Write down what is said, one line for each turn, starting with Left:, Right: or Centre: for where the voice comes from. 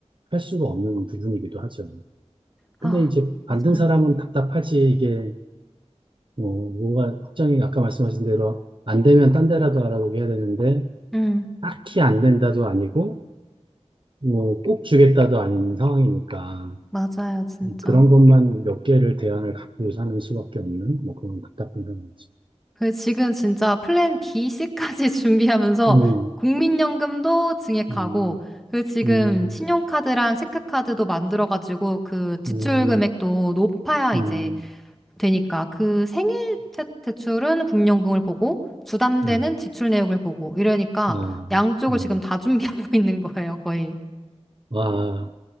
Right: 할 수가 없는 부분이기도 하죠.
Centre: 아,
Right: 근데 이제 만든
Centre: 맞아요.
Right: 사람은 답답하지 이게 뭐 뭐가 확정이 아까 말씀하신 대로 안 되면 딴 데라도 알아보게 해야 되는데
Centre: 음,
Right: 딱히 안 된다도 아니고 뭐 꼭 주겠다도 아닌 상황이니까
Centre: 맞아요, 진짜.
Right: 그런 것만 몇 개를 대안을 갖고 사는 수밖에 없는 뭐 그런 답답한 상황이죠.
Centre: 그 지금 진짜 플랜 B, C까지 <laughs> 준비하면서
Right: 음,
Centre: 국민연금도 증액하고,
Right: 음,
Centre: 그 지금
Right: 음,
Centre: 신용카드랑 체크카드도 만들어가지고 그 지출
Right: 음,
Centre: 금액도 높아야
Right: 음,
Centre: 이제 되니까 그 생애 대- 대출은 국민연금을 보고 주담대는
Right: 음,
Centre: 지출 내역을 보고 이러니까
Right: 아,
Centre: 양쪽을
Right: 아.
Centre: 지금 다 준비하고 <laughs> 있는 거예요, 거의.
Right: 와.